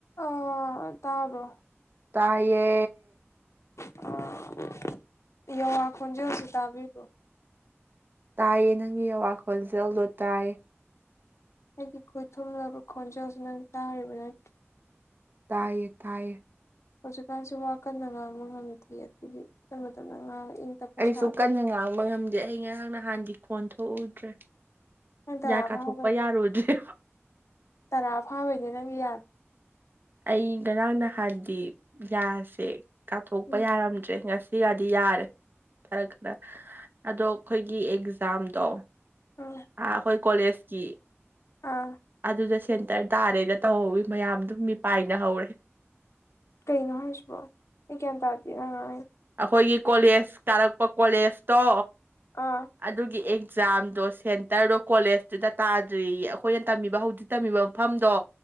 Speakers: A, on the left (about 75°); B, on the right (about 45°).
A: ꯑꯥ ꯇꯥꯕ꯭ꯔꯣ
B: ꯇꯥꯏꯌꯦ
A: <unintelligible> ꯌꯋꯥ ꯈꯣꯟꯖꯦꯜꯁꯨ ꯇꯥꯕꯤꯕ꯭ꯔꯣ
B: ꯇꯥꯏꯌꯦ ꯅꯪꯒꯤ ꯑꯋꯥ ꯈꯣꯟꯖꯦꯜꯗꯣ ꯇꯥꯏꯌꯦ
A: ꯑꯩꯒꯤ ꯈꯨꯠꯊꯨꯝꯂꯕ ꯈꯣꯟꯖꯦꯜꯁꯤ ꯅꯪ ꯇꯥꯔꯤꯕ ꯅꯠꯇꯦ
B: ꯇꯥꯏꯌꯦ ꯇꯥꯏꯌꯦ
A: ꯍꯧꯖꯤꯛꯀꯥꯟꯁꯨ ꯋꯥ ꯀꯟꯅ ꯉꯥꯡꯕ ꯉꯝꯗꯦ ꯑꯗꯨꯒꯤ ꯇꯞꯅ ꯇꯞꯅ ꯉꯥꯡꯉ ꯇꯞꯄ
B: ꯑꯩꯁꯨ
A: ꯁꯥꯜꯂꯤ
B: ꯀꯟꯅ ꯉꯥꯡꯕ ꯉꯝꯗꯦ ꯑꯩ ꯉꯥꯏꯍꯥꯛ ꯅꯍꯥꯟꯗꯤ ꯈꯣꯟ ꯊꯣꯛꯎꯗ꯭ꯔꯦ
A: ꯅꯪ ꯇꯔꯥ
B: ꯌꯥ ꯀꯥꯊꯣꯛꯄ
A: ꯐꯥꯕꯩꯅꯤ
B: ꯌꯥꯔꯨꯗ꯭ꯔꯦ
A: ꯇꯔꯥ ꯐꯥꯕꯩꯅꯦ ꯅꯪꯒꯤ ꯌꯥꯗ
B: ꯑꯩ ꯉꯔꯥꯡ ꯅꯍꯥꯟꯗꯤ ꯌꯥꯁꯦ ꯀꯥꯞꯊꯣꯛꯄ
A: ꯎꯝ
B: ꯌꯥꯔꯝꯗ꯭ꯔꯦ ꯉꯁꯤ ꯁꯤꯒꯗꯤ ꯌꯥꯔꯦ ꯈꯔ ꯈꯔ ꯑꯗꯣ ꯑꯩꯈꯣꯏꯒꯤ ꯑꯦꯛꯖꯥꯝꯗꯣ
A: ꯎꯝ
B: ꯑ ꯑꯩꯈꯣꯏ ꯀꯣꯂꯦꯖꯀꯤ
A: ꯑꯥ
B: ꯑꯗꯨꯗ ꯁꯦꯟꯇꯔ ꯇꯥꯔꯦꯅ ꯇꯧꯍꯧꯋꯤ ꯃꯌꯥꯝꯗꯣ ꯃꯤꯄꯥꯏꯅꯍꯧꯔꯦ
A: ꯀꯩꯅꯣ ꯍꯥꯏꯁꯤꯕꯣ ꯑꯩ ꯒꯌꯥꯟ ꯇꯥꯗꯦ ꯅꯪꯅ ꯉꯥꯡꯏꯗꯦ
B: ꯑꯩꯈꯣꯏꯒꯤ ꯀꯣꯂꯦꯖ ꯀꯥꯔꯛꯄ ꯀꯣꯂꯦꯖꯇꯣ
A: ꯑꯥ
B: ꯑꯗꯨꯒꯤ ꯑꯦꯛꯖꯥꯝꯗꯣ ꯁꯦꯟꯇꯔꯗꯣ ꯀꯣꯂꯦꯖꯇꯨꯗ ꯇꯥꯗ꯭ꯔꯤꯌꯦ ꯑꯩꯈꯣꯏꯅ ꯇꯝꯕꯤꯕ ꯍꯧꯖꯤ ꯇꯝꯃꯤꯕ ꯃꯐꯝꯗꯣ